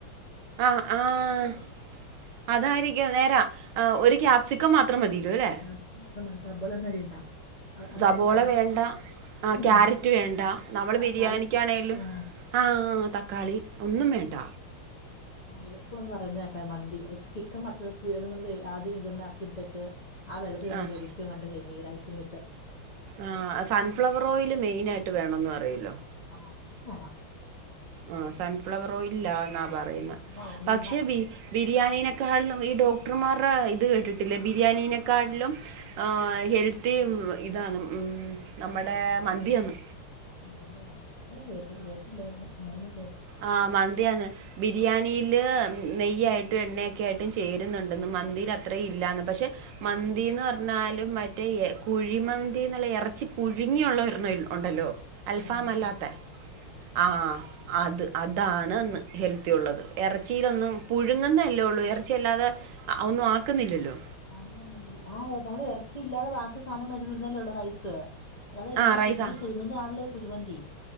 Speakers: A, on the right (about 70°); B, on the left (about 45°).
A: ആ ആഹ് അതായിരിക്കും
B: നമ്മള് സബ്
A: നേരാ ഒരു
B: ആ,
A: ക്യാപ്സിക്കം മാത്രം മതില്ലോല്ലേ?
B: ക്യാപ്സിക്കം മാത്രം മതി സബോളയൊന്നും അരിയണ്ട അ- അങ്ങനെ
A: സബോള
B: പറയുന്ന
A: വേണ്ട ആഹ്
B: ഉം
A: ക്യാരറ്റ് വേണ്ട നമ്മള്
B: തക്കാളി
A: ബിരിയാണിക്കാണേലും
B: ആ
A: ആഹാ തക്കാളി ഒന്നുംവേണ്ട.
B: ആഹാ എളുപ്പാന്ന് പറയുന്നെക്കാ മന്തി. ചിക്കൻ മറ്റെ പുഴി <unintelligible> ആദ്യം ഇതൊന്നാക്കിട്ത്തിട്ട് ആ വെള്ളത്തിൽ തന്നെ
A: ആഹ്
B: വേവി കണ്ട് കഴിഞ്ഞ ഈ റയ്സിന് കിട്ട
A: ആഹ് സൺഫ്ലവർ ഓയില് മെയ്നായിട്ട് വേണന്ന് പറയല്ലോ
B: ആഹാ അതും വേണം.
A: ആഹാ സൺഫ്ലവർ ഓയിലിലാന്നാ പറയുന്നെ
B: ഇല്ല ഓവില്ല
A: പക്ഷേ ബി- ബിരിയാണീനേക്കാളും ഈ ഡോക്ടർമാര്‌ടെ ഇത് കേട്ടിട്ടില്ലേ ബിരിയാണിനെക്കാട്ട്ലും ആഹ് ഹെൽത്തിയും ഇതാണ് ഉം നമ്മടെ
B: മന്തിയാ
A: മന്തിയൊന്ന്
B: അതെല്ലേ, അഞാൻ കേട്ടില്ല അയ്‌ന്.
A: ആഹാ മന്തിയാണ്. ബിരിയാണിയില് നെയ്യായിട്ടും, എണ്ണയൊക്കെ ആയിട്ടും- ചേരുന്നുണ്ടെന്ന് മന്തിയില് അത്രേം ഇല്ലന്ന് പക്ഷെ. മന്തിന്ന് പർഞ്ഞാലും മറ്റേ യ്യേ കുഴിമന്തി ന്ന്ള്ള എറച്ചി പുഴുങ്ങിയുള്ളൊരണം ഒണ്ടല്ലോ അൽഫാമല്ലാത്തെ
B: ആഹ് ആഹ്
A: ആഹ് അത് അതാണ്ന്ന് ഹെൽത്തിയുള്ളത്, എറച്ചിയിലൊന്നും പുഴുങ്ങുന്നല്ലേള്ളു എറച്ചി അല്ലാതെ, ഒന്നും ആക്കുന്നില്ലല്ലോ?
B: ആന്നടി ആഹാ നമ്മള് എറച്ചി- ഇല്ലാതെ ബാക്കി സാനം മേടിരുന്നല്ലേള്ളു റൈസ്. അതെല്ലാം
A: ആ റൈസാ
B: ചിക്കനീ പുഴുങ്ങുന്നയാണല്ലേ ഈ കുഴിമന്തി